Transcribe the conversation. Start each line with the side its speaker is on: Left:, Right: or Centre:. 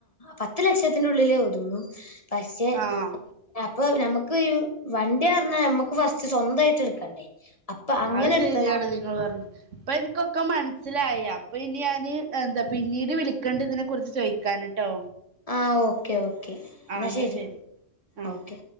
Left: പത്ത് ലക്ഷത്തിന്റെള്ളില് ഒതുങ്ങും പക്ഷെ
Right: ആഹ്
Left: അപ്പൊ നമുക്ക് വണ്ടി പറിഞ്ഞാ നമ്മുക്ക് പസ്റ്റ്സ്വന്തയിട്ട് എടുക്കണ്ടേ അപ്പൊ അങ്ങനെ
Right: അത് ശരിയാണ്
Left: എടുത്തതാണ്
Right: നിങ്ങൾ പറഞ്ഞത് ഇപ്പ, എനിക്കൊക്കെ മനസ്സിലായി. അപ്പൊ, ഇനി ഞാന് എന്താ, പിന്നീട് വിളിക്കണ്ട്. ഇതിനെ കുറിച്ച് ചോദിക്കാന് ട്ടോ?
Left: ആഹ്, ഓക്കെ, ഓക്കെ
Right: ആ
Left: എന്നാൽ
Right: എന്നാ
Left: ശരി
Right: ആ
Left: ഓക്കെ.